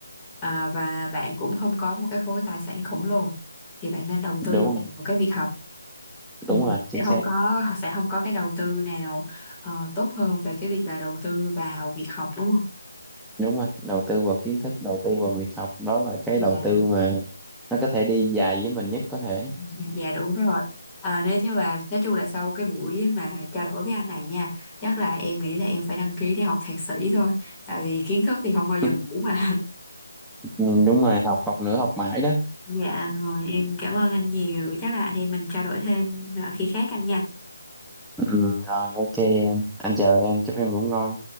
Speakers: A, on the left; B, in the centre.
A: à, và bạn cũng không có một cái khối tài sản khổng lồ thì bạn nên đầu tư
B: đúng rồi
A: vào cái việc học. Ừ.
B: đúng rồi chính
A: Sẽ không
B: xác
A: có <laughs> sẽ không có cái đầu tư nào ờ, tốt hơn về cái việc là đầu tư vào việc học đúng không?
B: đúng rồi đầu tư vào kiến thức đầu tư vào việc học đó là cái
A: Dạ,
B: đầu tư mà nó có thể đi dài với mình nhất có thể
A: <laughs> dạ đúng rồi. À, nếu như mà nói chung là sau cái buổi mà trao đổi với anh này nha, chắc là em nghĩ là em phải đăng ký để học thạc sĩ thôi. Tại vì kiến thức thì không bao giờ
B: <laughs>
A: ngủ mà.
B: ừ, đúng rồi học học nữa học mãi đó
A: Dạ rồi em cảm ơn anh nhiều. Chắc là anh em mình trao đổi thêm à, khi khác anh nha.
B: ừ, rồi ok em. anh chào em chúc em ngủ ngon